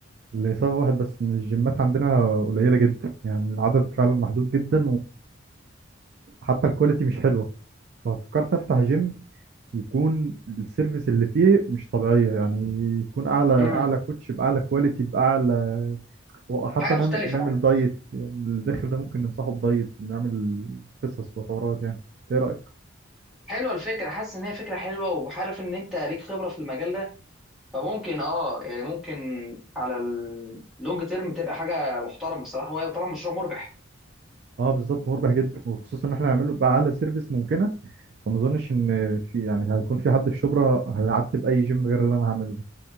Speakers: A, on the right (about 55°); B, in the centre.
A: لسبب واحد بس ان الجيمات عندنا قليله جدا يعني العدد فعلا محدود جدا وحتى الكواليتي مش حلوه ففكرت افتح جيم يكون السيرفيس اللي فيه مش طبيعيه يعني يكون اعلى اعلى
B: امم
A: كوتش باعلى كواليتي باعلى وحتى
B: حاجة مختلفة
A: نعمل نعمل
B: يعني
A: دايت يعني الداخل ده ممكن ننصحه بدايت ونعمل قصص وحوارات يعني ايه رايك
B: حلوه الفكره حاسس ان هي فكره حلوه وعارف ان انت ليك خبره في المجال ده فممكن اه يعني ممكن على اللونج تيرم تبقى حاجه محترمه بصراحه هو طبعا مشروع مربح
A: اه بالظبط مربح جدا وخصوصا ان احنا هنعمله باعلى سيرفيس ممكنه فما اظنش ان في يعني هيكون في حد في شبرا هيعتب اي جيم غير اللي انا هعمله ده